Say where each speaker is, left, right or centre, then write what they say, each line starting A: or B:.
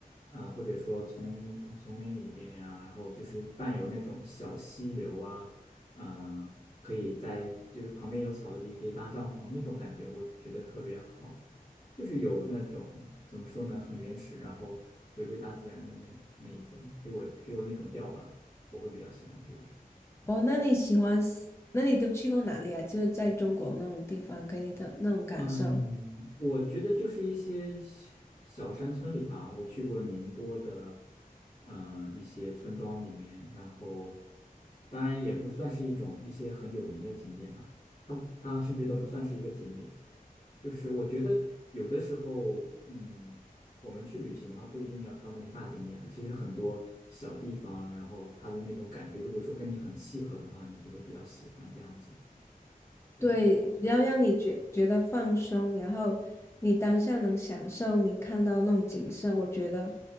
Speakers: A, on the left; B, on the left.
A: 啊、呃或者说丛丛林里边呀、然后就是伴有那种小溪流啊，嗯、可以在就是旁边有草地可以搭帐篷那种感觉，我觉得特别好，就是有那种怎么说呢，很原始，然后回归大自然的那那一种，给我给我那种调吧，我会比较喜欢这一种。
B: 哦，那你喜欢四那你都去过哪里啊？就是在中国那种地方，给你的那种感受。
A: 嗯，我觉得就是一些小小山村里吧，我去过宁波的，呃，一些村庄里面，然后当然也不算是一种一些很有名的景点了，它它甚至都不算是一个景点，就是我觉得有的时候，嗯，我们去旅行的话，不一定要挑那些大景点了，其实很多小地方，然后它的那种感觉，如果说跟你很契合的话，你就会比较喜欢这样子，对。
B: 对，只要让你觉觉得放松，然后你当下能享受你看到那种景色，我觉得